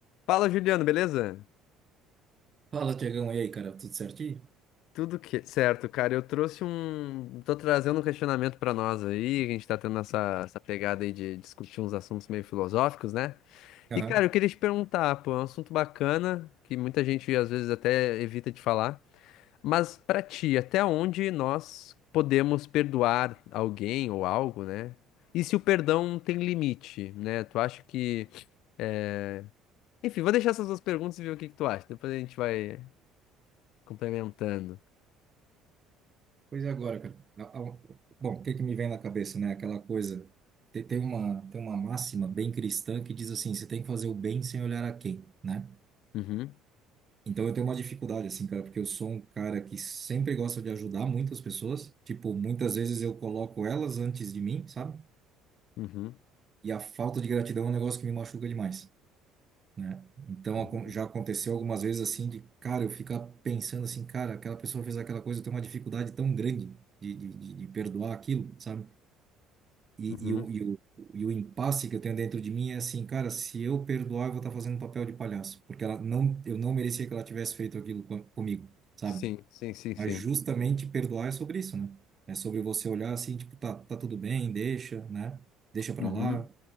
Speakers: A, on the left; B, on the right.
A: Fala, Juliano, beleza?
B: Fala, Tiagão, e aí, cara, tudo certinho?
A: Tudo que... certo, cara. Eu trouxe um. Tô trazendo um questionamento pra nós aí. A gente tá tendo essa, essa pegada aí de discutir uns assuntos meio filosóficos, né?
B: Aham.
A: E, cara, eu queria te perguntar, pô, é um assunto bacana que muita gente às vezes até evita de falar. Mas pra ti, até onde nós podemos perdoar alguém ou algo, né? E se o perdão tem limite, né? Tu acha que. é, Enfim, vou deixar essas duas perguntas e ver o que que tu acha. Depois a gente vai complementando.
B: Pois é, agora, cara. A- a- Bom, o que que me vem na cabeça, né? Aquela coisa. Tem, tem uma, tem uma máxima bem cristã que diz assim: você tem que fazer o bem sem olhar a quem, né?
A: Uhum,
B: Então eu tenho uma dificuldade, assim, cara, porque eu sou um cara que sempre gosta de ajudar muitas pessoas. Tipo, muitas vezes eu coloco elas antes de mim, sabe?
A: uhum,
B: E a falta de gratidão é um negócio que me machuca demais. né? Então
A: uhum,
B: acon- já aconteceu algumas vezes assim de, cara, eu ficar pensando assim, cara, aquela pessoa fez aquela coisa, eu tenho uma dificuldade tão grande de, de, de, de perdoar aquilo, sabe? E,
A: uhum.
B: e, o, e, o, e o impasse que eu tenho dentro de mim é assim, cara, se eu perdoar, eu vou estar fazendo um papel de palhaço, porque ela não, eu não merecia que ela tivesse feito aquilo com comigo, sabe?
A: Sim, sim, sim,
B: Mas
A: sim.
B: justamente perdoar é sobre isso, né? É sobre você olhar assim, tipo, tá, tá tudo bem, deixa, né? Deixa pra
A: Uhum,
B: lá,